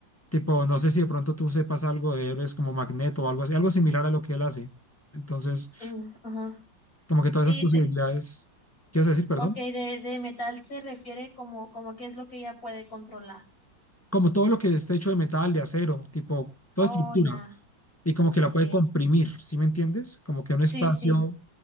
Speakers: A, on the left; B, on the left.
A: Tipo, no sé si de pronto tú sepas algo de héroes como Magneto o algo así, algo similar a lo que él hace. Entonces...
B: Mm, ajá.
A: Como que todas
B: Y
A: esas posibilidades,
B: de,
A: ¿quieres decir, perdón?
B: ok, de, de metal se refiere como, como qué es lo que ella puede controlar.
A: Como todo lo que esté hecho de metal, de acero, tipo, toda
B: Oh,
A: estructura,
B: ya.
A: y como que
B: Ok.
A: la puede comprimir, ¿sí me entiendes? Como que un
B: Sí,
A: espacio,
B: sí.